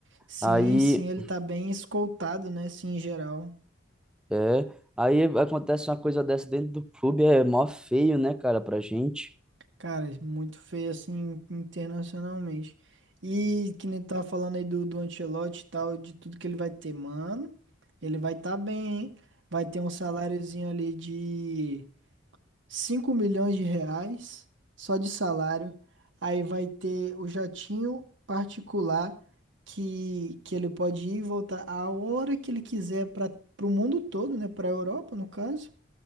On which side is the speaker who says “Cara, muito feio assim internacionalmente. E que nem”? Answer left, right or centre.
Right